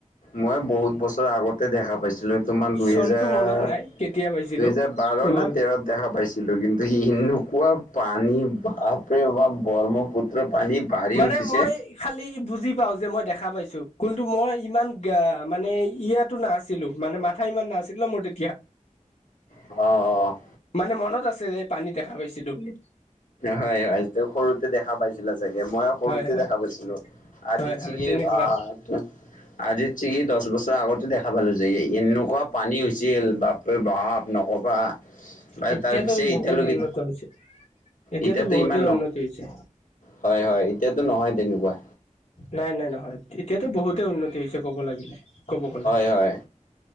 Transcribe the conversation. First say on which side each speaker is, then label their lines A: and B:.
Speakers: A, on the left (about 80°); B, on the left (about 60°).
A: মই বহুত বছৰ আগতে দেখা পাইছিলো। তোমাৰ দু
B: চনটো
A: হেজাৰ
B: মনত নাই কেতিয়া পাইছিলো
A: দু হেজাৰ বাৰ
B: টো
A: ন
B: হ'ল
A: তেৰ দেখা পাইছিলোঁ কিন্তু এনেকুৱা পানী বাপৰে বাপ ব্ৰহ্মপুত্ৰ পানী বাঢ়ি
B: মানে
A: উঠিছে
B: মই খালি বুজি পাও যে মই দেখা পাইছো কিন্তু মই ইমান গ মানে ইয়াতো নাছিলো মানে মাত মাথা ইমান নাছিল ন' মোৰ তেতিয়া।
A: অঁ', অঁ '।
B: মানে মনত আছে এই পানী দেখা পাইছিলোঁ বুলি।
A: হয়, হয়, সৰুতে দেখা পাইছ চিলা চাগে মই সৰুতে
B: হয় হয়
A: দেখা পাইছিলো <unintelligible>
B: হয় হয় তেনেকুৱাই
A: আজি চিকি দহ বছৰ আগতে দেখা পালো যে এনেকুৱা পানী হৈছিল বা বাপ ৰে বাপ নকবা বা
B: এতিয়াতো
A: তাৰ পিছে এতিয়ালৈকে
B: <unintelligible>
A: এতিয়াতো
B: বহুতে
A: ইমান নহ
B: উন্নতি হৈছে
A: হয়, হয়, এতিয়াতো নহয় তেনেকুৱা।
B: নাই নাই নহয় এতিয়াতো বহুতে উন্নতি হৈছে ক'ব লাগিলে। ক'ব গ'লে
A: হয়, হয়।